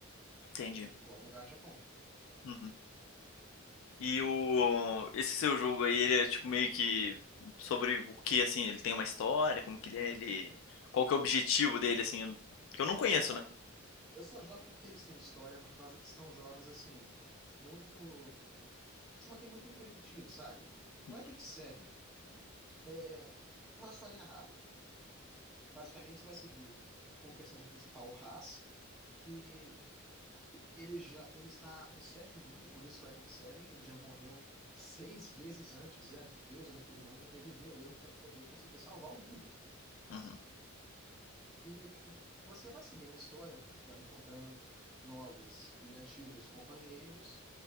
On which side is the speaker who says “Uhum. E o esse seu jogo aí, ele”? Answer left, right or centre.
Left